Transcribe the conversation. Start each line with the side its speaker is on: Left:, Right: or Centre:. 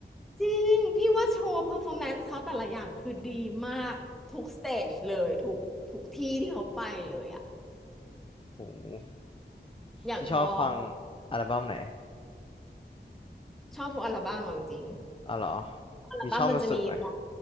Centre: จริงพี่ว่าโชว์เ e อร์ฟอร์แมนซ์เขาแต่ละอย่างคือดีมากทุกสเตจเลยทุกทุกที่ที่เขาไปเลยอ่ะ
Left: โอ้โห
Centre: อย่างชอบ
Left: พี่ชอบฟังอัลบั้มไหน
Centre: ชอบทุกอัลบั้มอะจริง
Left: อ๋อเหรอ
Centre: ๆอัลบั้มมันจะมีแบบ
Left: มีชอบสุดๆไหม